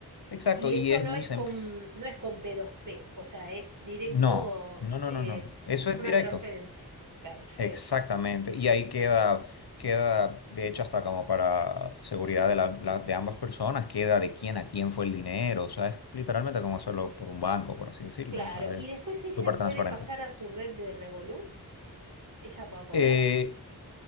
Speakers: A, on the left; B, on the right.
A: Exacto,
B: Y
A: y
B: eso
A: es
B: no
A: muy
B: es
A: simple.
B: con, no es con p dos p o sea, es directo
A: No, no, no,
B: eh,
A: no, no. no. Eso es
B: una
A: directo.
B: transferencia. Perfecto.
A: Exactamente. Y ahí queda, queda, de hecho, hasta como para seguridad de, la- la- de ambas personas, queda de quién a quién fue el dinero. O sea, es literalmente como hacerlo por un banco, por así decirlo.
B: Claro.
A: O sea,
B: Y
A: es
B: después ella
A: súper
B: puede
A: transparente.
B: pasar a su red de Revolut. Ella va a poder.
A: Eh,